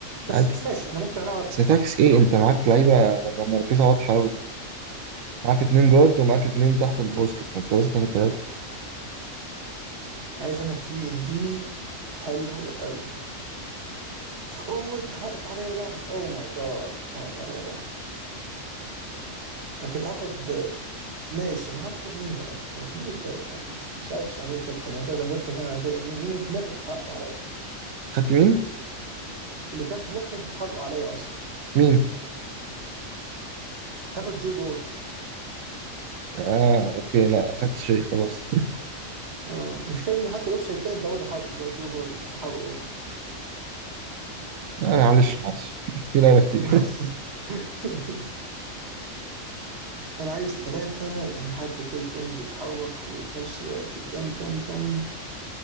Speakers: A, on the right; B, on the right.
A: بس
B: عادي
A: ماشي انا ممكن العب
B: ستاكس ايه انت معاك لعيبه يعني مراكزها واضحه قوي معاك اتنين جارد ومعاك اتنين تحت البوسكت فانت لازم تاخد تلاته
A: عايز انا 3 ان دي حلو قوي اوه انت حرقت عليا ده اوه ماي جاد حرقت عليا ده انا كنت هاخد ماشي انا هاخد مين بقى مين التالت حلو مش عارف صح مين التالت حلو انا كده كده كده- انا في, أنا في دماغي انت حرقته عليا
B: خدت مين؟
A: اللي كان في مخي انت حرقه عليا اصلا
B: مين؟
A: كنت هاخد جو دولت
B: اه اوكي لا خدت شيء خلاص
A: اه مش كان حتى الاوبشن التاني انت برضه حرقه اللي هو جو هوليدي انت حرقه برضه
B: <laughs> آه معلش معلش <laughs> في لعيبه كتير
A: <laughs> انا عايز ثلاثة يعني حد كده يكون بيتحرك وفي نفس الوقت دم دم دم